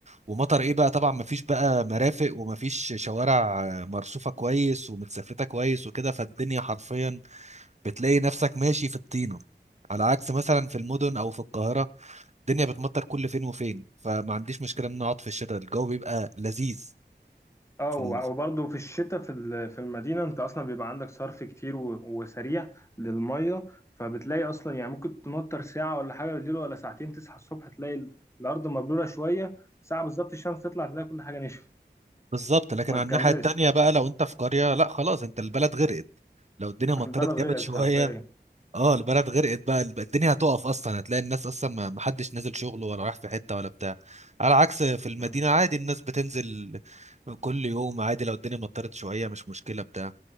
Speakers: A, on the right; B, on the left.
A: ومطر ايه بقى طبعا مفيش بقى مرافق ومفيش شوارع آه، مرصوفة كويس ومتسفلتة كويس وكده فالدنيا حرفيا بتلاقي نفسك ماشي في الطينة على عكس مثلا في المدن او في القاهرة الدنيا بتمطر كل فين وفين فما عنديش مشكلة ان أنا اقعد في الشتاء الجو بيبقى لذيذ
B: اه
A: في
B: و-
A: ال...
B: وبرضه في الشتاء في ال- في المدينة انت اصلا بيبقى عندك صرف كتير و- وسريع للمية فبتلاقي اصلا يعني ممكن تنطر ساعة ولا حاجة بالليل ولا ساعتين تصحى الصبح تلاقي ال- الارض مبلولة شوية ساعة بالظبط الشمس تطلع تلاقي كل حاجة نشفت
A: بالظبط لكن
B: ما
A: على
B: تكملش
A: الناحية التانية بقى لو انت في قرية لا خلاص انت البلد غرقت لو الدنيا مطرت
B: <laughs> البلد
A: جامد
B: غرقت
A: شوية
B: حرفيا
A: اه البلد غرقت بقى الب- الدنيا هتقف اصلا هتلاقي الناس اصلا ما ما حدش نازل شغله ولا رايح في حته ولا بتاع على عكس في المدينه
B: مم.
A: عادي الناس بتنزل كل يوم عادي لو الدنيا مطرت شويه مش مشكله بتاع